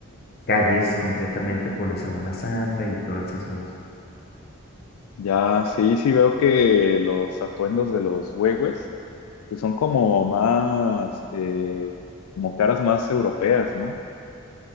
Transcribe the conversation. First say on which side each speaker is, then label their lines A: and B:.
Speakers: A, on the left; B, on the left.
A: calles completamente por la Semana Santa y todo ese asunto.
B: Ya, sí, sí veo que los atuendos de los huehues pues son como más, eh, como caras más europeas, ¿no?